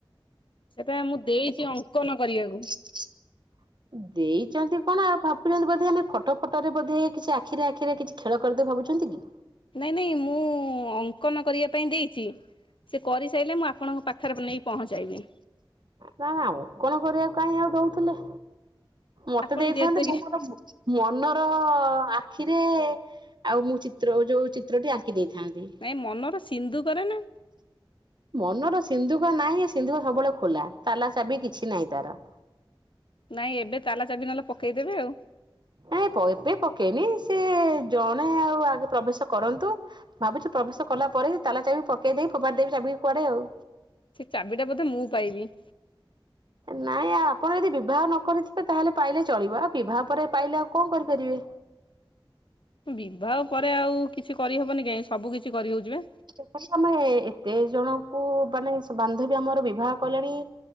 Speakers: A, on the left; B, on the right.
A: ସେଟା ମୁଁ ଦେଇଛି ଅଙ୍କନ କରିବାକୁ।
B: ଁ <inaudible> ଦେଇଛନ୍ତି କଣ ଆଉ ଭାବୁଛନ୍ତି ବୋଧେ ଆମେ ଫଟୋ ଫଟୋରେ ବୋଧେ କିଛି ଆଖିରେ ଆଖିରେ କିଛି ଖେଳ କରିଦେବୁ ଭାବୁଛନ୍ତି କି?
A: ନାଇଁ ନାଇଁ ମୁଁ ଅଙ୍କନ କରିବା ପାଇଁ ଦେଇଛି। ସେ କରିସାଇଲେ ମୁଁ ଆପଣଙ୍କ ପାଖରେ ନେଇ ପହଞ୍ଚାଇବି।
B: ନା ନା ଅଙ୍କନ କରିବାକୁ କାଇହିଁ ଆଉ ଦଉଥିଲେ ମତେ
A: ଆପଣ
B: ଦେଇଥାନ୍ତେ
A: ଯେହେତୁ କି
B: ମୁଁ ମୋର ମନର ଆଖିରେ ଆଉ ମୁଁ ଚିତ୍ର ଯୋଉ ଚିତ୍ରଟି ଆଙ୍କି ଦେଇଥାନ୍ତି।
A: ନାଇଁ ମନର ସିନ୍ଧୁ କରେ ନା
B: ମନର ସିନ୍ଧୁକ ନାହିଁ ସିନ୍ଧୁକ ସବୁବେଳେ ଖୋଲା ତାଲା ଚାବି କିଛି ନାହିଁ ତାର।
A: ନାଇଁ ଏବେ ତାଲା ଚାବି ନହେଲେ ପକେଇଦେବେ ଆଉ।
B: ନାଇଁ ପ ଏବେ ପକେଇନି ସେ ଜଣେ ଆଉ ଆଗେ ପ୍ରବେଶ କରନ୍ତୁ। ଭାବୁଛି ପ୍ରବେଶ କଲା ପରେ ତାଲା ଚାବି ପକେଇ ଦେଇକି ଫୋାପାଡ଼ି ଦେବି ତାଲା ଚାବି କୁଆଡେ ଆଉ।
A: ସେ ଚାବିଟା ବୋଧେ ମୁଁ ପାଇବି।
B: ନାଇଁ ଆ ଆପଣ ଯଦି ବିବାହ ନ କରିଥିବେ ତାହେଲେ ପାଇଲେ ଚଳିବ ଆଉ ବିବାହ ପରେ ପାଇଲେ ଆଉ କଣ କରିପାରିବେ?
A: ବିବାହ ପରେ ଆଉ କିଛି କରିହବନି କାଇଁ ସବୁ କିଛି କରିହଉଛିିବା।
B: ଦେଖନ୍ତୁ ଆମେ ଏତେ ଜଣଙ୍କୁ ମାନେ ବାନ୍ଧବୀ ଆମର ବିବାହ କଲେଣି?